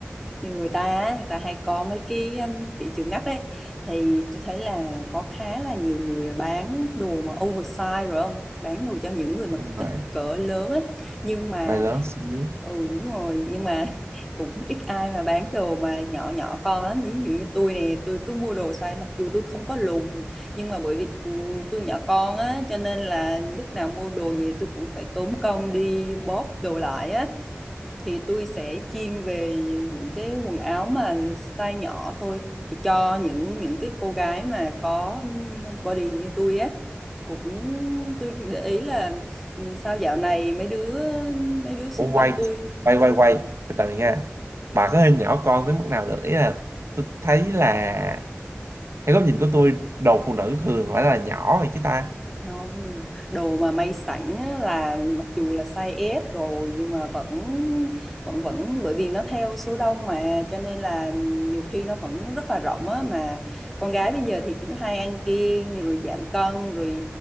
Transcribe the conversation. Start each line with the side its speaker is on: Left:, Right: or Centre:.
Centre: nhiều người ta á, người ta hay có mấy cái ừm, thị trường ngách ấy thì tôi thấy là có khá là nhiều người bán đồ mà oversize rồi không bán đồ cho những người mà
Right: Đúng rồi
Centre: kích cỡ lớn ấy nhưng mà
Right: bài lớn xíu
Centre: ừ đúng rồi nhưng mà <laughs> cũng ít ai mà bán đồ mà nhỏ nhỏ con lắm ví dụ như tôi nè tôi cứ mua đồ size mặc dù tôi không có lùn nhưng mà bởi vì ừ, tôi nhỏ con á cho nên là lúc nào mua đồ về tôi cũng phải tốn công đi bóp đồ lại á thì tôi sẽ chuyên về những cái quần áo mà size nhỏ thôi thì cho những những cái cô gái mà có ừm, body như tôi á cũng tôi để ý là ừm, sao dạo này mấy đứa mấy đứa xung
Right: ủa
Centre: quanh
Right: quay
Centre: tôi
Right: quay quay quay từ từ nha bà có hình nhỏ con tới mức nào được ý là tôi thấy là theo góc nhìn của tôi đồ phụ nữ thường phải là nhỏ rồi chứ ta
Centre: không đồ mà may sẵn á là mặc dù là size S rồi nhưng mà vẫn vẫn vẫn bởi vì nó theo số đông mà cho nên là nhiều khi nó vẫn rất là rộng á mà con gái bây giờ thì cứ hay ăn kiêng rồi giảm cân rồi